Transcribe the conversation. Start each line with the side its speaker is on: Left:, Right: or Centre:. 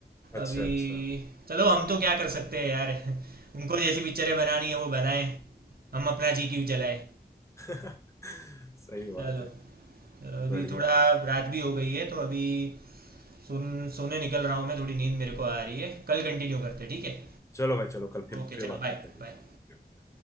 Left: अच्छा
Right: अभी
Left: अच्छा
Right: चलो हम तो क्या कर सकते हैं यार <laughs> उनको जैसी पिक्चरें बनानी है वो बनाए हम अपना जी क्यों चलाए
Left: <laughs> सही बात
Right: चलो
Left: है
Right: चलो अभी
Left: बढ़िया
Right: थोड़ा रात भी हो गई है तो अभी सुन सोने निकल रहा हूँ मैं थोड़ी नींद मेरे को आ रही है कल कंटिन्यू करते हैं, ठीक है
Left: चलो भाई चलो कल फिर
Right: ओके
Left: फिर
Right: चलो
Left: बात
Right: बाय
Left: करते हैं
Right: बाय
Left: कुछ